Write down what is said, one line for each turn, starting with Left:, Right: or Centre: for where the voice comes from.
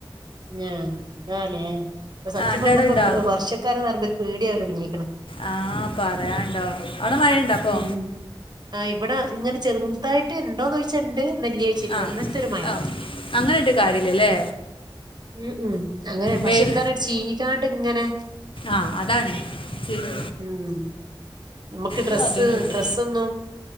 Right: ഞ എന്താലേ ഇപ്പ സത്യം
Left: എൻ്റെ
Right: പറഞ്ഞപ്പോ
Left: അവിടെ ഉണ്ടോ
Right: വർഷക്കാലന്ന് പറയുമ്പോ ഒരു പേടിയാവലൊടുങ്ങിക്കണ്.
Left: ആഹ് പറയാണ്ടോ അവടെ മഴണ്ടോ
Right: തൊടങ്ങീക്ക്ണ്
Left: ഇപ്പൊ?
Right: ആഹ് ഇവിടെ ഇങ്ങനെ ചെറുതായിട്ട് ഇണ്ടോന്ന്ച്ചാ ഇണ്ട് ന്ന ഇല്യ
Left: ആ
Right: അങ്ങനത്തൊരു മഴ.
Left: ഓ അങ്ങനെ ഇണ്ട് കാര്യല്ലല്ലേ
Right: ഉം ഉം അങ്ങനെ പക്ഷെ
Left: വെയിൽ
Right: എന്താണ് ചീനിക്കാണ്ട് ഇങ്ങനെ-
Left: ആഹ് അതാണ്. ശരി
Right: ഉം നമുക്ക് ഡ്രസ്സ്
Left: ഇതും അതന്നെ ഉള്ളു
Right: ഡ്രസ്സൊന്നും